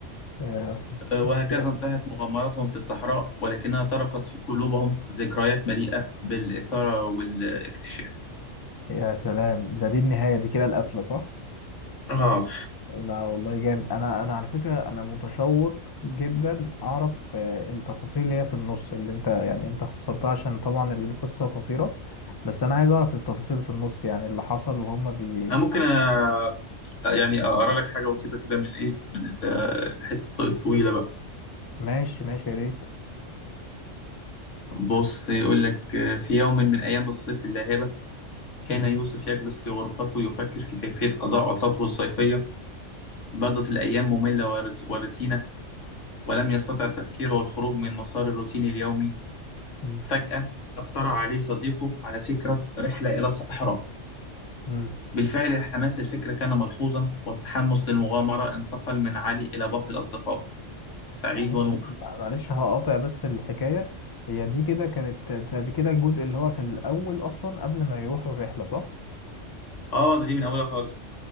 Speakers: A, on the left; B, on the left.
A: آه،
B: آه،
A: دي
B: وهكذا
A: كده
B: انتهت مغامراتهم في الصحراء ولكنها طرقت في قلوبهم ذكريات مليئة بالإثارة والاكتشاف
A: يا سلام ده دي النهاية دي كده القفلة صح
B: اه
A: لا والله جامد انا انا على فكره انا متشوق جدا اعرف آه، التفاصيل اللي هي في النص اللي انت يعني انت اختصرتها عشان طبعا القصه قصيره بس انا عايز اعرف التفاصيل في النص يعني اللي حصل وهم بي
B: انا ممكن أ... يعني اقرا لك حاجة بسيطة كده من ايه من ال- الحتة الطويلة بقى
A: ماشي ماشي يا ريت
B: بص يقول لك آه، في يوم من أيام الصيف اللاهبة كان
A: مهم.
B: يوسف يجلس في غرفته يفكر في كيفية قضاء عطلته الصيفية بدت الأيام مملة ورت- وروتينة ولم يستطع التفكير والخروج من مسار الروتين اليومي
A: مهم.
B: فجأة اقترح عليه صديقه على فكرة رحلة إلى الصحراء
A: مم.
B: بالفعل حماس الفكرة كان ملحوظا والتحمس للمغامرة انتقل من علي إلى باقي الأصدقاء سعيد
A: معلش
B: ونور
A: معلش هقاطع بس الحكايه هي دي كده كانت دي كده الجزء اللي هو في الاول اصلا قبل ما يروحوا الرحله صح
B: آه ده دي من أولها خالص بقى